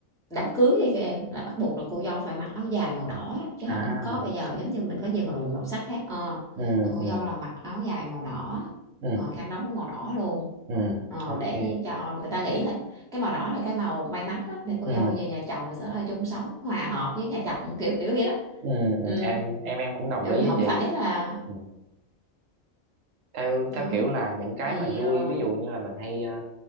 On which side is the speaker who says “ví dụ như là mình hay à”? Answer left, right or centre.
Right